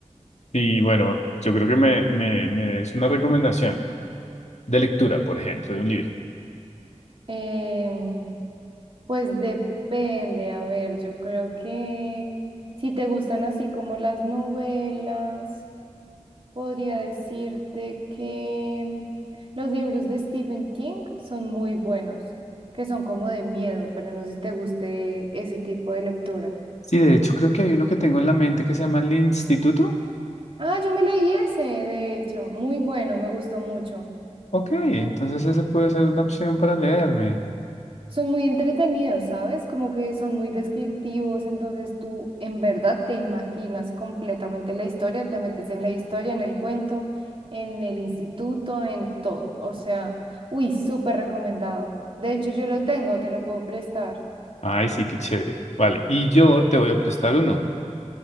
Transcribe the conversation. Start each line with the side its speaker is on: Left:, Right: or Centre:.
Left: Y bueno, yo creo que me, me, me des una recomendación de lectura, por ejemplo, de un libro.
Right: Em, pues depende, a ver, yo creo que si te gustan así como las novelas, podría decirte que em, los libros de Stephen King son muy buenos, que son como de miedo, pero no sé si te guste ese tipo de lectura.
Left: Sí, de hecho creo que hay uno que tengo en la mente que se llama El Instituto.
Right: Ah, yo me leí ese, de hecho, muy bueno, me gustó mucho.
Left: Ok, entonces ese puede ser una opción para leerme.
Right: Son muy entretenidos, ¿sabes? Como que son muy descriptivos, entonces tú en verdad te imaginas completamente la historia, te metes en la historia, en el cuento, en el instituto, en todo. O sea, uy, súper recomendado. De hecho, yo lo tengo, te lo puedo prestar.
Left: Ay, sí, qué chévere. Vale, y yo te voy a prestar uno.